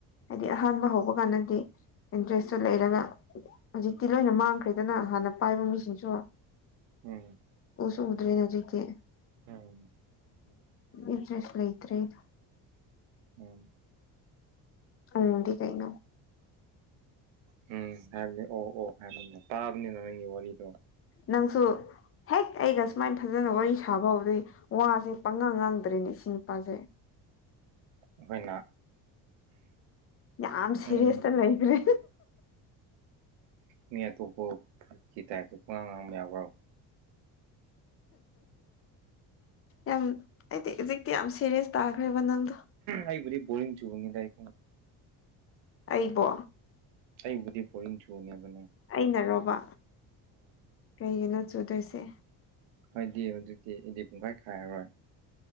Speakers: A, on the left; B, on the right.
A: ꯍꯥꯏꯗꯤ ꯑꯍꯥꯟꯕ ꯍꯧꯕ ꯀꯥꯟꯗꯗꯤ ꯏꯟꯇꯔꯦꯁꯇꯨ ꯂꯩꯔꯒ ꯍꯧꯖꯤꯛꯇꯤ ꯂꯣꯏꯅ ꯃꯥꯡꯈ꯭ꯔꯦꯗꯅ ꯍꯥꯟꯅ ꯄꯥꯏꯕ ꯃꯤꯁꯤꯡꯁꯨ
B: ꯎꯝ
A: ꯎꯁꯨ ꯎꯗ꯭ꯔꯦꯅꯦ ꯍꯧꯖꯤꯛꯇꯤ
B: ꯎꯝ
A: ꯏꯇꯔꯦꯁ ꯂꯩ ꯏ ꯇꯔꯦꯗ
B: ꯎꯝ
A: ꯎꯗꯤ ꯀꯩꯅ
B: ꯎꯝ ꯍꯥꯏꯕꯅꯦ ꯑꯣ ꯑꯣ ꯍꯥꯏꯕꯅꯤ ꯇꯥꯕꯅꯤꯅ ꯅꯪꯒꯤ ꯋꯥꯔꯤꯗꯣ
A: ꯅꯪꯁꯨ ꯍꯦꯛ ꯑꯩꯒ ꯁꯨꯃꯥꯏꯅ ꯐꯖꯅ ꯋꯥꯔꯤ ꯁꯥꯕ ꯍꯕꯗꯩ ꯋꯥꯁꯦ ꯄꯪꯉꯥꯡ ꯉꯥꯡꯗ꯭ꯔꯦꯅꯦ ꯏꯆ ꯅꯨꯄꯥꯁꯦ
B: ꯑꯩꯈꯣꯏꯅ
A: ꯌꯥꯝ ꯁꯦꯔꯤꯁꯇ
B: ꯎꯝ
A: ꯂꯩꯈ꯭ꯔꯦ
B: ꯃꯤ ꯑꯇꯣꯞꯄ ꯀꯤ ꯇꯥꯏꯞꯇ ꯄꯉꯥꯡ ꯉꯥꯡꯕ ꯌꯥꯕ꯭ꯔꯣ
A: ꯌꯥꯝ ꯑꯩꯗꯤ ꯍꯧꯖꯤꯛꯇꯤ ꯌꯥꯝ ꯁꯦꯔꯤꯌꯁ ꯇꯥꯈ꯭ꯔꯦꯕ ꯅꯪꯗꯣ
B: ꯑꯩꯕꯨ ꯣꯔꯤꯡ ꯆꯨꯒꯅꯤꯗ ꯑꯩ
A: ꯑꯩꯕꯣ
B: ꯑꯩꯕꯨꯗꯤ ꯄꯅꯤ ꯆꯨ ꯃꯕ
A: ꯑꯩꯅꯔꯣꯕ ꯀꯩꯒꯤꯅꯣ ꯆꯨꯗꯣꯏꯁꯦ
B: ꯑꯗꯨꯗꯤ ꯍꯧꯖꯤꯛꯇꯤ ꯑꯩꯗꯤ ꯄꯨꯡꯈꯥꯏ ꯈꯥꯏꯔꯔꯣꯏ